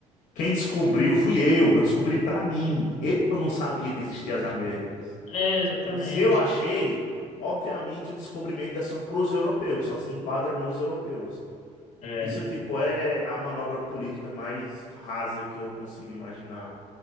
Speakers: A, on the left; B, on the left.
A: quem descobriu fui eu. Eu descobri pra mim. Eu não sabia que existiam as Américas.
B: É, exatamente.
A: Então, se eu achei, obviamente o descobrimento é só pros europeus, só se enquadra nos europeus.
B: É,
A: Isso, tipo, é a manobra política mais rasa que eu consigo imaginar